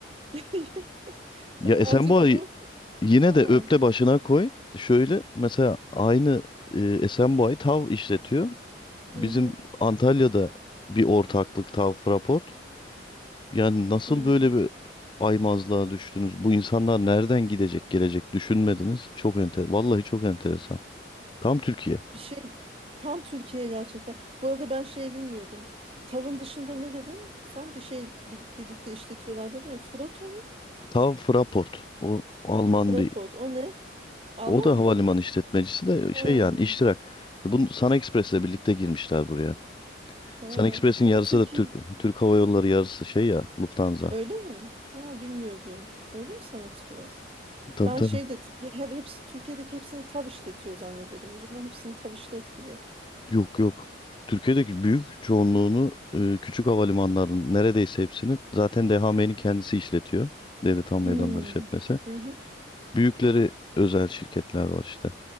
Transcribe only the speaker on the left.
Ya Esenboğa'yı
yine
de öpte başına koy. Şöyle mesela aynı e, Esenboğa'yı TAV işletiyor. Bizim
Antalya'da bir ortaklık TAV Fraport. Yani nasıl
böyle bir aymazlığa düştünüz? Bu insanlar nereden gidecek gelecek düşünmediniz. Çok enter, vallahi çok enteresan. Tam Türkiye.
TAV Fraport. O Alman
bir
o da
havalimanı işletmecisi de
şey yani iştirak. Bunu Sun Express'le birlikte girmişler buraya.
Sun Express'in
yarısı
da Türk Türk Hava Yolları yarısı şey ya Lufthansa.
Tabii
tabii.
Yok yok. Türkiye'deki büyük çoğunluğunu e, küçük havalimanların neredeyse hepsini zaten DHMİ'nin kendisi işletiyor. Devlet Hava Meydanları
işletmesi.
Büyükleri özel şirketler var işte.